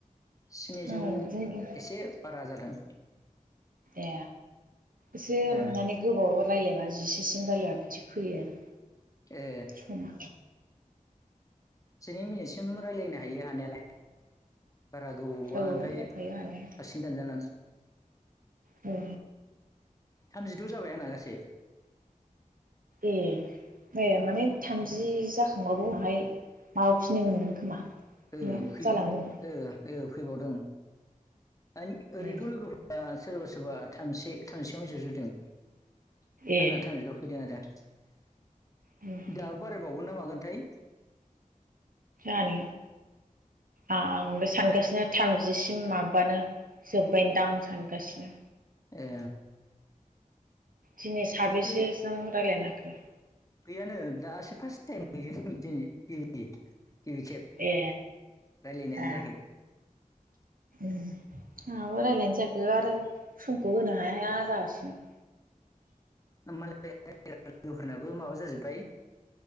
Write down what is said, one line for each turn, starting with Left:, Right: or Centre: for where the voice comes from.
Left: स्निजौ
Right: उम बिदिनो
Left: एसे बारा जादों
Right: ए एसे
Left: ए
Right: माने गोबावबा रायलायबा जिसेसिम रायलायबा बिदि फैयो आरो
Left: ए
Right: समा
Left: जिनै मिनिटसिम रायलायनो हायो हानायालाय बारा गोबावबा
Right: औ
Left: ओमफ्राय हारसिं
Right: हायो हानाया
Left: दानजालाङो
Right: औ
Left: थामजिद' जाबाय आंना गासै
Right: ए ए माने थामजि जाखांबाबो उनावहाय माबाफिननो मोनगोन खोमा
Left: ओ
Right: ने
Left: फै
Right: जालांगोन
Left: ओ फैबावदों आ ओरैनोथ'
Right: ए
Left: लोगोफोरा सोरबा सोरबा थामजिसे थामजिसेयावनो जोबजोबदों
Right: ए
Left: आंना थामजिदआव फैदों आरो <inaudible>
Right: उम
Left: दाबो बारायबावगोन ना मागोनथाय
Right: माने आंबो सानगासिनो थाम जिसिम माबानो जोब्बाय दां सानगासिनो
Left: ए
Right: दिनै साबेसेजों
Left: ओमफ्राय
Right: रायज्लायखो <inaudible>
Left: गैयानो दासो फार्स्ट टाइम दिनै गिबि खेब
Right: ए
Left: रायलायनायानो
Right: ए
Left: जायाखै
Right: आंहाबो रायलायनायानो जायाखै समखौ होनो हाया हाया जागासिनो आसा
Left: मालाय लोगोफोरनाबो माबा जाजोबबाय दायो